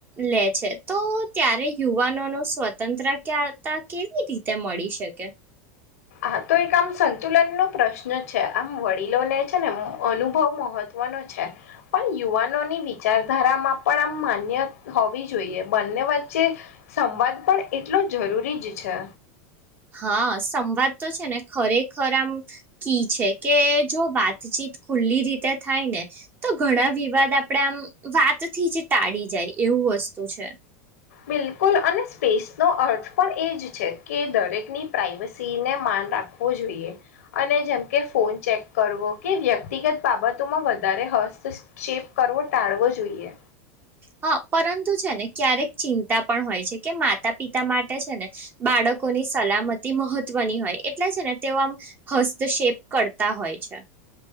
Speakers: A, on the right; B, on the left.
A: લે છે તો ત્યારે યુવાનો ન સ્વતંત્ર ક્યા ત કેવી રીતે મળી શકે.
B: હા તો એક આમ સંતુલન નો પ્રશ્ન છે આમ વડીલો લે છે ને અનુભવ મહત્વ વનું પણ યુવાનોની વિચારધારામાં પણ આમ માન્ય હોવી જોઈએ બન વચ્ચે સંવાદ પણ એટલો જરૂરી જ છે.
A: હા સંવાદ તો છે ને ખરેખર આમ કી છે કે જો વાતચીત ખુલ્લી રીતે થાય ને તો ઘણા વિવાદ આપણેે આમ વાતથી જ ટાળી જાય એ વુ વસ્તુ છે.
B: બિલકુલ અને સ્પેસનો અર્થ પણ એ જ છે કે દરેકની પ્રાઈવસીને મા ન રાખવો જોઈ અને જેમ કે ફોન ચેક કરવો કે વ્યક્તિગત બાબતોમાં વધારે હસ્તક્ષેપ કરવો ટાળવો જોઈએ.
A: હા પરંતુ છે ને ક્યારેક ચિંતા પણ હોય છે કે માતા પિતા માટે છે ને બાળક ની સલામતી મહત્વની હોય એટલે છે ને તેઓમ હસ્તક્ષેપ કરતા હોય છે. <inaudible>